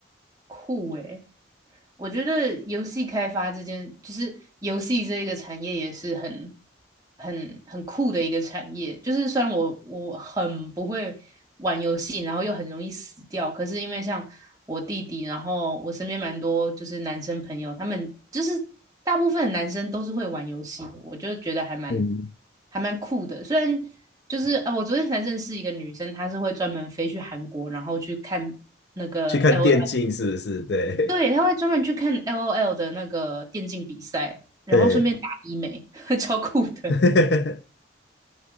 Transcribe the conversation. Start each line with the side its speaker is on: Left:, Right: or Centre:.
Right: 酷诶。我觉得游戏开发这件，就是游戏这一个产业也是很、很、很酷的一个产业。就是虽然我我很不会玩游戏，然后又很容易死掉，可是因为像我弟弟，然后我身边蛮多就是男生朋友，他们就是大部分男生都是会玩游戏的我就觉得还蛮
Left: 嗯，
Right: 还蛮酷的。虽然就是呃，我昨天才认识一个女生，她是会专门飞去韩国，然后去看那个
Left: 去看电竞是不是？
Right: L。
Left: 对
Right: 对，他会专门去看 LOL 的那个电竞比赛，
Left: <laughs>
Right: 然后顺便打医美，
Left: 对，
Right: <laughs> 超酷的。
Left: <laughs>